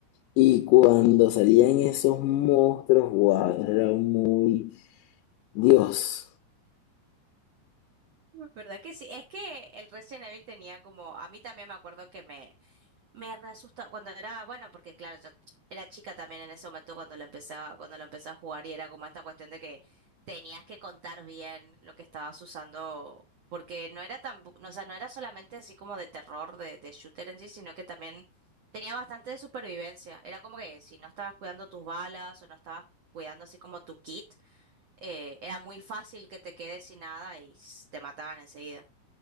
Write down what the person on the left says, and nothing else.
y cuando salían esos monstruos, wow, era muy Dios.